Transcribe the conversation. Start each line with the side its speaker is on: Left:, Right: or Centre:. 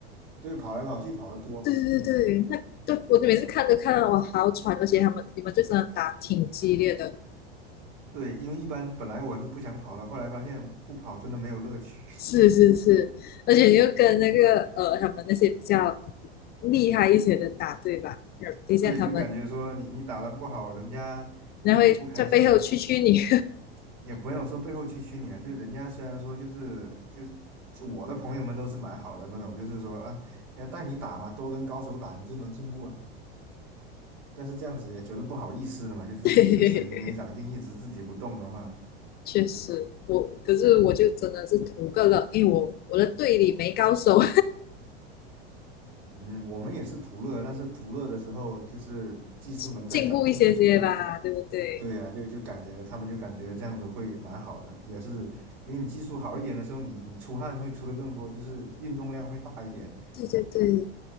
Right: 对，跑来跑去跑得多嘛嗯，
Left: 对对对，那对我每次看都看到我好喘，而且他们你们就真的打挺激烈的，
Right: 对，因为一般本来我是不想跑的，后来发现不跑真的没有乐趣。
Left: 是是是，而且你就跟那个呃他们那些比较厉害一些的打，对吧？呃等一下他们
Right: 对，就感觉说你你打的不好，人家也不开心，
Left: 然后会在背后蛐蛐你，
Right: 也不友说背后蛐蛐你了。就是人家虽然说就是就是就我的朋友们都是蛮好的那种，就是说啊，要带你打嘛，多跟高手打，你就能进步啊。但是这样子也觉得不好意思的嘛，就是一直水平没长进，
Left: <laughs> 对，
Right: 一直自己不动的话，
Left: 确实。我可是我就真的是图个乐，因为我我的队里没高手，
Right: 嗯，我们也是图乐，但是图乐的时候就是技术能再长进一点那种，
Left: <laughs> 进步一些些吧，对不对？
Right: 对啊，就就感觉他们就感觉这样子会蛮好的，也是因为你技术好一点的时候，你你出汗会出的更多，就是运动量会大一点。
Left: 对对对，